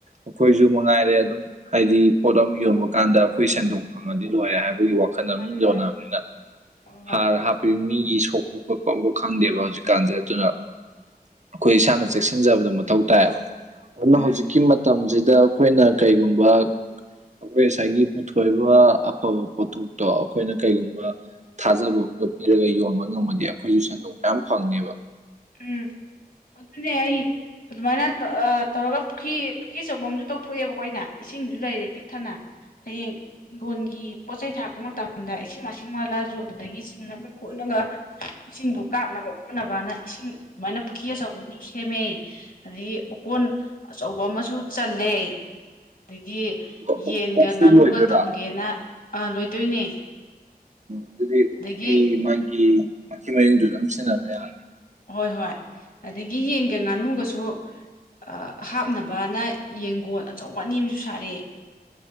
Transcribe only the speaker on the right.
ꯑꯩꯈꯣꯏꯁꯨ ꯃꯉꯥꯏꯔꯦ ꯑꯗꯨꯝ ꯍꯥꯏꯗꯤ ꯄꯣꯠ ꯑꯃ ꯌꯣꯟꯕ ꯀꯥꯟꯗ ꯑꯩꯈꯣꯏ ꯁꯦꯟꯗꯣꯡ ꯐꯪꯉꯗꯤ ꯂꯣꯏꯔꯦ ꯍꯥꯏꯕꯒꯤ ꯋꯥꯈꯜꯗ
ꯑꯗꯨꯝ ꯌꯣꯟꯅꯕꯅꯤꯅ
ꯍꯥꯔ ꯍꯥꯞ ꯃꯤꯒꯤ ꯁꯣꯛꯄ ꯈꯣꯠꯄ ꯑꯨꯕ ꯈꯪꯗꯦꯕ ꯍꯧꯖꯤꯛꯀꯥꯟꯁꯦ ꯑꯗꯨꯅ ꯑꯩꯈꯣꯏ ꯏꯁꯥꯅ ꯆꯦꯛꯁꯤꯟꯖꯕꯗꯣ ꯃꯊꯧ ꯇꯥꯏꯕ꯫ ꯑꯗꯨ
ꯍꯧꯖꯤꯛꯀꯤ ꯃꯇꯝꯁꯤꯗ ꯑꯩꯈꯣꯏꯅ ꯀꯩꯒꯨꯝꯕ ꯑꯩꯈꯣꯏ ꯉꯁꯥꯏꯒꯤ꯫ ꯄꯨꯊꯣꯏꯕ ꯑꯐꯕ ꯄꯣꯊꯣꯛꯇꯣ ꯑꯩꯈꯣꯏꯅ ꯀꯩꯒꯨꯝꯕ ꯊꯥꯖꯕ ꯑꯃꯝꯒ ꯄꯤꯔꯒ ꯌꯣꯟꯕ ꯉꯝꯃꯗꯤ ꯑꯩꯈꯣꯏꯁꯨ ꯁꯟꯗꯣꯛ ꯃꯌꯥꯝ ꯐꯪꯅꯦꯕ꯫
ꯑꯣꯛꯁꯨ
ꯂꯣꯏꯗꯣꯏꯔꯥ
ꯑꯗꯨꯗꯤ
ꯀꯤ ꯃꯥꯒꯤ ꯃꯥꯊꯤ ꯃꯌꯨꯝꯗꯨ ꯑꯗꯨꯝ ꯁꯤꯖꯤꯟꯅꯕ ꯌꯥꯔ